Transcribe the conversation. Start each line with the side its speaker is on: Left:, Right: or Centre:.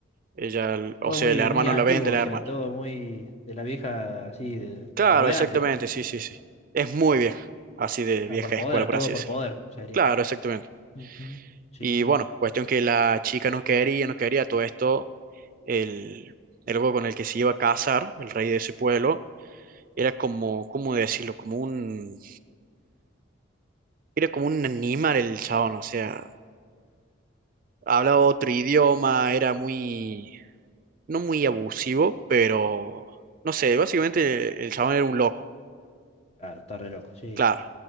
Right: Ella, l- o
Left: Todo
Right: sea,
Left: muy,
Right: el hermano
Left: muy antiguo,
Right: la vende a la
Left: o sea,
Right: hermana.
Left: todo muy de la vieja, así, de,
Right: Claro,
Left: de lo de
Right: exactamente,
Left: antes.
Right: sí, sí,
Left: Claro.
Right: sí. Es muy
Left: claro.
Right: vieja, así de
Left: Ah,
Right: vieja
Left: por poder,
Right: escuela, por
Left: todo
Right: así
Left: por
Right: decirlo.
Left: poder, sería.
Right: Claro, exactamente.
Left: Ujú. Sí,
Right: Y
Left: sí.
Right: bueno, cuestión que la chica no quería, no quería todo esto, el, el loco con el que se iba a casar, el rey de ese pueblo, era como, ¿cómo decirlo? Como un Era como un animal el chabón, o sea, hablaba otro idioma, era muy, no muy abusivo, pero no sé, básicamente el chabón era un loco,
Left: Claro, está re loco, sí,
Right: claro.